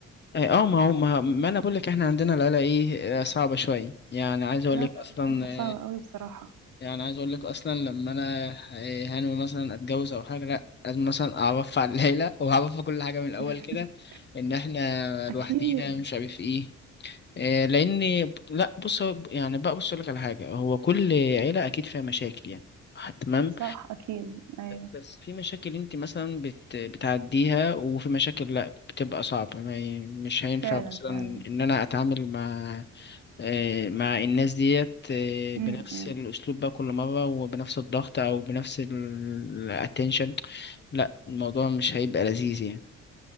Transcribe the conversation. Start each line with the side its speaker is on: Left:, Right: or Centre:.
Left: آه، ما هو ما, ما انا بقول لك احنا عندنا العيله ايه آه، صعبه شويه يعني عايز اقول
Right: لا
Left: لك
Right: لا لا،
Left: اصلا
Right: انت
Left: آه،
Right: صعب قوي بصراحة
Left: يعني عايز اقول لك اصلا لما انا إيه، هنوي مثلا اتجوز او حاجه لا لازم مثلا اعرف على العيله <laughs> واعرف كل حاجه من الاول
Right: <laughs>
Left: كده ان احنا لوحدينا
Right: اكيد
Left: مش عارف ايه إيه، لان لا بص هو- يعني بقى بص اقول لك على حاجه هو كل عيله اكيد فيها مشاكل يعني تمام
Right: صح اكيد ايوه
Left: بس في مشاكل انت مثلا بت... بتعديها وفي مشاكل لا بتبقى صعبة ما ي... مش هينفع
Right: فعلا
Left: مثلا
Right: فعلا
Left: ان انا اتعامل مع آه، مع الناس ديت آه،
Right: م
Left: بنفس
Right: -م.
Left: الاسلوب بقى كل مرة وبنفس الضغط او بنفس الاتنشن لا الموضوع مش هيبقى لذيذ يعني